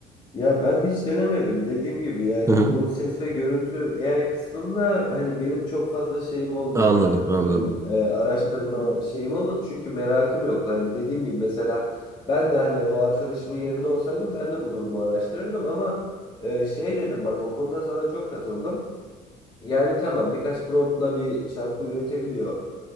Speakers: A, on the left; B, on the right.
A: Ya ben hiç denemedim. Dediğim gibi yani
B: Hı hı.
A: bu ses ve görüntü AI kısmında hani benim çok fazla şeyim olmadı.
B: Anladım, anladım.
A: Böyle bir e, araştırma şeyim olmadı. Çünkü merakım yoktu. Hani dediğim gibi mesela ben de hani o arkadaşımın yerinde olsaydım ben de bu durumu araştırırdım ama e, şey dedim bak o konuda sana çok katıldım. Yani tamam birkaç promptla bir şarkı üretebiliyor